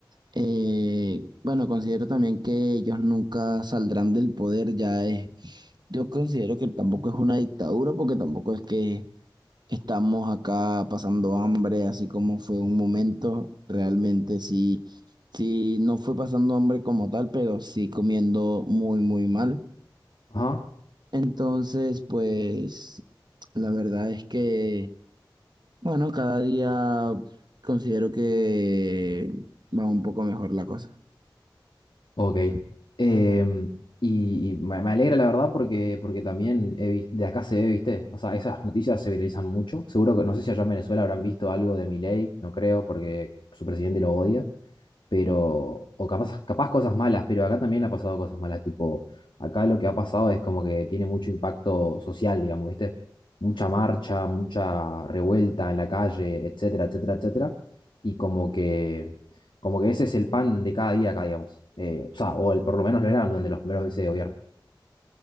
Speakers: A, on the right (about 60°); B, on the left (about 75°).
A: Eh, bueno, considero también que ellos nunca saldrán del poder, ya es. Yo considero que tampoco es una dictadura, porque tampoco es que Estamos acá pasando hambre, así como fue un momento, realmente sí, sí, no fue pasando hambre como tal, pero sí comiendo muy, muy mal.
B: Ajá.
A: Entonces, pues, la verdad es que, bueno, cada día considero que va un poco mejor la cosa.
B: Ok. Em, y y me, me alegra la verdad porque, porque también he vis- de acá se ve, ¿viste? O sea, esas noticias se viralizan mucho. Seguro que, no sé si allá en Venezuela habrán visto algo de Milei, no creo, porque su presidente lo odia. pero, o capaz, capaz cosas malas, pero acá también ha pasado cosas malas, tipo, acá lo que ha pasado es como que tiene mucho impacto social, digamos, ¿viste? Mucha marcha, mucha revuelta en la calle, etcétera, etcétera, etcétera, y como que, como que ese es el pan de cada día acá, digamos, Eh, o sea, o el, por lo menos lo era durante los primeros meses de gobierno.